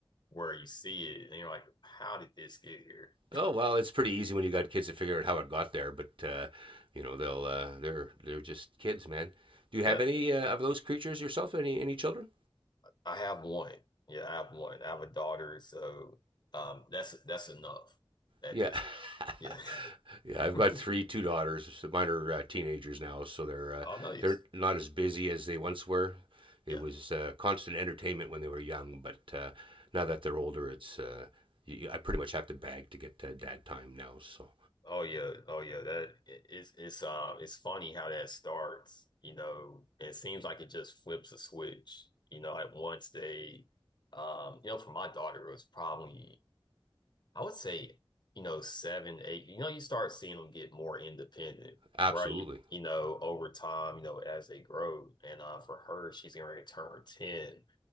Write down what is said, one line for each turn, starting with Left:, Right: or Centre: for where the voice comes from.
Left: where you see it and you're like, how did this get here?
Right: oh well, it's pretty easy when you got kids to figure out how it got there. But uh, you know, they'll uh, they're they're just kids, man. Do you have
Left: Yeah,
Right: any uh, of those creatures yourself? Any any children?
Left: I have one. Yeah, I have one. I have a daughter, so um that's that's enough at
Right: Yeah.
Left: this.
Right: <laughs>
Left: Yeah.
Right: Yeah, I've got
Left: <laughs>
Right: three, two daughters. So Mine are uh, teenagers now, so they're uh,
Left: I'll know you.
Right: they're not as busy as they once were.
Left: Yeah.
Right: It was uh, constant entertainment when they were young, but uh, now that they're older, it's uh, y y I I pretty much have to beg to get uh, dad time now. So
Left: Oh yeah, oh yeah. That it- it's it's uh it's funny how that starts. You know, it seems like it just flips a switch. You know, like once they, um, you know, for my daughter, it was probably I would say you know seven, eight. You know, you start seeing them get more independent,
Right: absolutely,
Left: right? You know, over time, you know, as they grow. And uh, for her, she's gonna return ten.